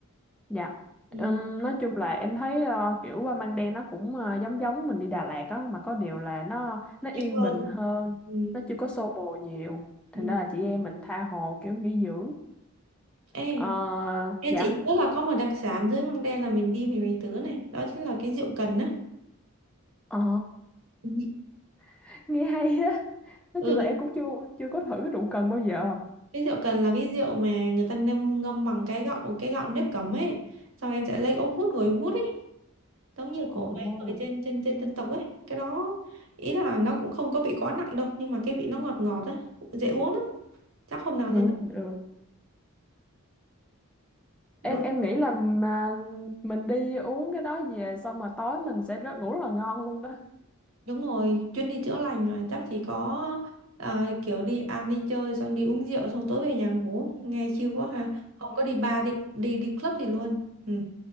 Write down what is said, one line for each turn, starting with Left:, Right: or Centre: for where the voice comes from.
Centre: dạ
Right: ừ.
Centre: Ừm, nói chung là em thấy ờ, kiểu qua Măng Đen nó cũng ờ, giống giống mình đi Đà Lạt á mà có điều là nó nó
Right: Chịu
Centre: yên
Right: hơn
Centre: bình hơn
Right: ừ.
Centre: nó chưa có xô bồ nhiều
Right: Ừ.
Centre: thành ra là chị em mình tha hồ kiểu nghỉ dưỡng
Right: Ê,
Centre: Ờ,
Right: ê
Centre: dạ
Right: chị nhớ là có một đặc sản dưới Măng Đen là mình đi mình phải thử này đó chính là cái rượu cần á
Centre: ờ
Right: <laughs>
Centre: <laughs> nghe hay á nói
Right: ừ
Centre: chung là em cũng chưa chưa có thử cái rượu cần bao giờ
Right: cái rượu cần là cái rượu mà người ta ngâm ngâm bằng cái gạo cái gạo nếp cẩm ấy xong em sẽ lấy ống hút ngồi em hút ấy giống như của
Centre: ồ
Right: mấy người trên trên trên dân tộc ấy cái đó ý là nó cũng không có bị quá nặng đâu nhưng mà cái vị nó ngọt ngọt á dễ uống lắm chắc hôm nào
Centre: được
Right: lên đó.
Centre: được em
Right: đúng
Centre: em nghĩ là mà mình đi uống cái đó về xong mà tối mình sẽ rất ngủ rất là ngon luôn đó
Right: đúng rồi chuyến đi chữa lành mà chắc chỉ có ờ, kiểu đi ăn đi chơi xong đi uống rượu xong tối về nhà ngủ nghe chill quá ha không có đi bar đi đi đi club gì luôn ừ.